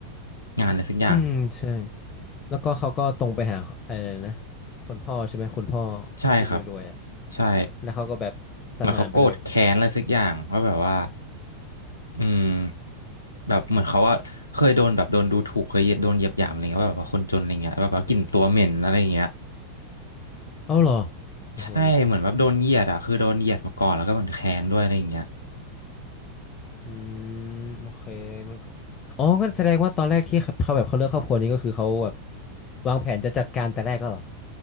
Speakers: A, on the left; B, on the left.
A: งานอะไรสักอย่าง
B: อืมใช่แล้วก็เขาก็ตรงไปหาอะไรนะคนพ่อใช่ไหมคุณพ่อ
A: ใช่ครับ
B: ที่รวยๆอ่ะ
A: ใช่
B: แล้วเขาก็แบบสังหารไปเลย
A: เหมือนเขาโกรธแค้นอะไรสักอย่างว่าแบบว่าอืมแบบเหมือนเขาว่าเคยโดนแบบโดนดูถูกเคยโดนเหยียดหยามอะไรเงี้ยว่าแบบว่าคนจนอะไรเงี้ยแบบว่ากลิ่นตัวเหม็นอะไรอย่างเงี้ย
B: เอาเหรอโอ้โห
A: ใช่เหมือนว่าโดนเหยียดอ่ะคือโดนเหยียดมาก่อนแล้วก็เหมือนแค้นด้วยอะไรเงี้ย
B: อืมโอเคมันก็อ๋อก็แสดงว่าตอนแรกที่เขาแบบเขาเลือกครอบครัวนี้ก็คือเขาแบบวางแผนจะจัดการแต่แรกก็เหรอ